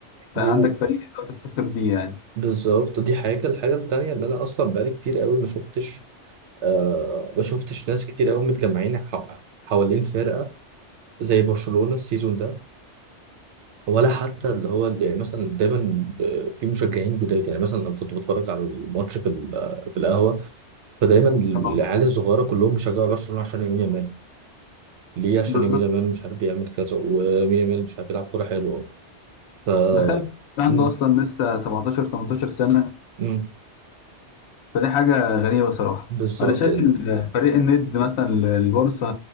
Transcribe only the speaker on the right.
امم
بالظبط دي حاجة الحاجة التانية اللي أنا أصلا بقالي كتير قوي ما شفتش آه ما شفتش ناس كتير قوي متجمعين ح- حوالين فرقة زي برشلونة السيزون ده ولا حتى اللي هو اللي يعني مثلا دايما آه، في مشجعين جداد يعني مثلا أنا كنت بتفرج على الماتش في ال- آه، في القهوة فدايما العيال
الصغيرة كلهم بيشجعوا برشلونة عشان يمين يامال ليه عشان
يمين يامال مش عارف بيعمل كذا ويمين يامال مش عارف بيلعب كورة حلوة ف
مم،
مم،
بالظبط
مم،